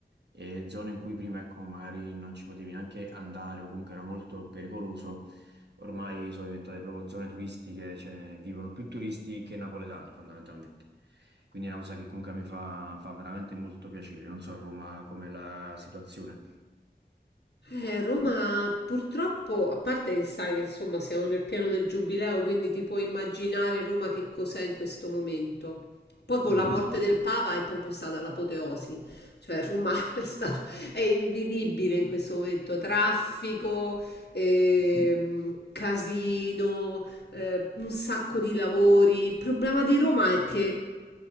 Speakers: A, on the right; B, on the left.
A: e zone in cui prima, ecco, magari non ci potevi neanche andare o comunque era molto pericoloso, ormai sono diventate proprio zone turistiche, cioè vivono più turisti che napoletani fondamentalmente. Quindi è una cosa che comunque a me fa, fa veramente molto piacere. Non so a Roma com'è la situazione.
B: Eh, Roma purtroppo, a parte che sai che insomma siamo nel piano del giubileo, quindi ti puoi immaginare Roma che cos'è in questo momento. Poi con
A: Mm.
B: la Mm. morte del Papa è proprio stata l'apoteosi, cioè Roma <laughs> è stata, è invivibile in questo momento, traffico, ehm,
A: Mm.
B: casino, eh, un sacco di lavori. Il problema di Roma è che